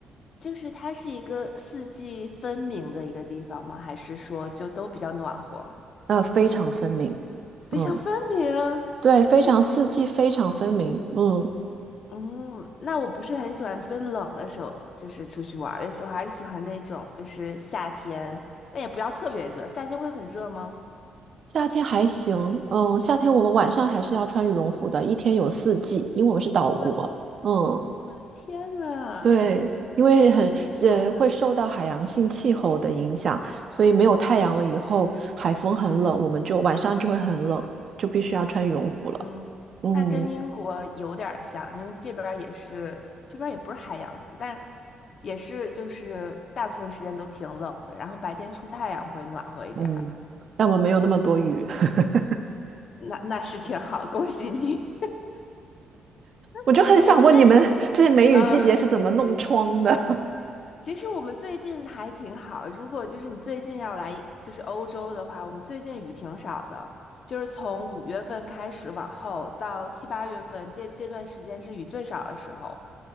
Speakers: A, on the left; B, on the right.
A: 就是它是一个四季分明的一个地方吗？还是说就都比较暖和？
B: 呃，非常分明，
A: 非常分明，
B: 嗯，对，非常四季非常分明，
A: 就是
B: 嗯。
A: 嗯，那我不是很喜欢特别冷的时候，就是出去玩儿，我还是喜欢那种就是夏天，但也不要特别热。夏天会很热吗？
B: 夏天还行，嗯，夏天我们晚上还是要穿羽绒服的，一天有四季，因为我们是岛国，
A: 我
B: 嗯。
A: 我的天呐！
B: 对，因为很呃会受到海洋性气候的影响，
A: 哎呀
B: 所以没有太阳了以后，海风很冷，我们就晚上就会很冷，就必须要穿羽绒服了。
A: 嗯，
B: 嗯，
A: 那跟英国有点儿像，因为这边儿也是，这边儿也不是海洋性，但也是就是大部分时间都挺冷的，然后白天出太阳会暖和一点儿，
B: 嗯，但我们没有那么多雨，<laughs>
A: 那那是挺好，恭喜你。
B: 我就很想问你们这些梅雨季节是怎么弄窗的？
A: <laughs> 我们最呃，其实我们最近还挺好，如果就是你最近要来就是欧洲的话，我们最近雨挺少的，就是从五月份开始往后到七八月份这这段时间是雨最少的时候。